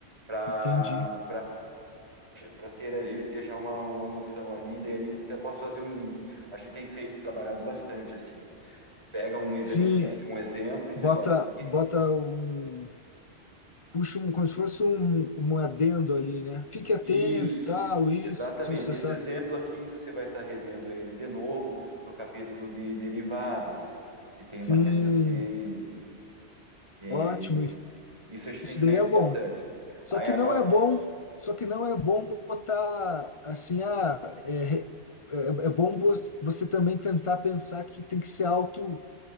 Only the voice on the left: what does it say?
entendi.
Sim,
Bota,
bota um, puxa um, como se fosse um, um adendo ali, né? Fique atento,
tal, isso,
isso, essa.
Sim,
ótimo,
isso
isso
daí é bom.
Só
que
não é bom, só que não é bom botar assim, ah, é, re- é, é bom vo- você também tentar pensar que tem que ser auto,